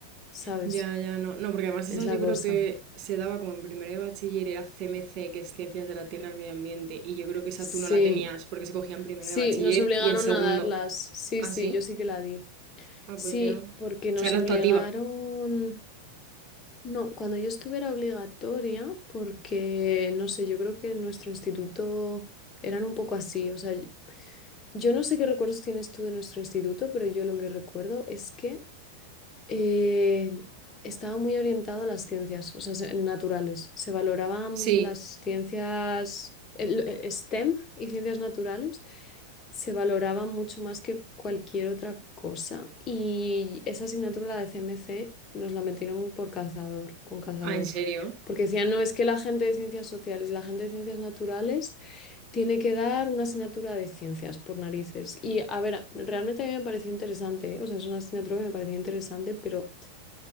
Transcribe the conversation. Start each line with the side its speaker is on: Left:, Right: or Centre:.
Left: ¿sabes?
Right: Ya, ya, no. No, porque además
Left: Es
Right: esas
Left: la
Right: yo
Left: cosa.
Right: creo que se daba como en primero de bachiller, era CMC, que es Ciencias de la Tierra al Medio Ambiente, y yo creo que esa
Left: Sí,
Right: tú no la tenías porque se cogía en primero
Left: Sí,
Right: de bachiller
Left: nos obligaron
Right: y en segundo.
Left: a darlas. Sí,
Right: ¿Ah,
Left: sí,
Right: sí?
Left: yo sí que la di.
Right: Ah,
Left: Sí,
Right: pues yo. O
Left: porque nos
Right: sea, era
Left: obligaron.
Right: actuativa.
Left: No, cuando yo estuve era obligatoria, porque no sé, yo creo que en nuestro instituto eran un poco así. O sea, yo no sé qué recuerdos tienes tú de nuestro instituto, pero yo lo que recuerdo es que eh, estaba muy orientado a las ciencias, o sea, se- naturales. Se valoraban
Right: Sí.
Left: las ciencias, el- el STEM y ciencias naturales, se valoraban mucho más que cualquier otra cosa. Y esa asignatura, la de CMC, nos la metieron por cazador, con cazador.
Right: Ah, ¿en serio?
Left: Porque decían, no, es que la gente de ciencias sociales y la gente de ciencias naturales tiene que dar una asignatura de ciencias por narices. Y a ver, realmente a mí me pareció interesante, ¿eh? O sea, es una asignatura que me pareció interesante, pero